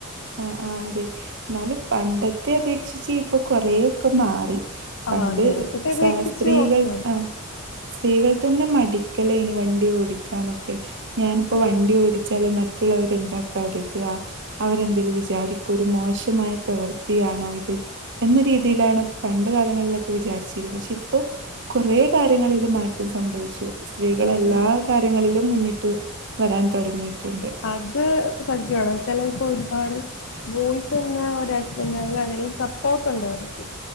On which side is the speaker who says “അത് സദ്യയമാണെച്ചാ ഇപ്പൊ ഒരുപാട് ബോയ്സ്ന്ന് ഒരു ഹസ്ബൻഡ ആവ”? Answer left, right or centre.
Left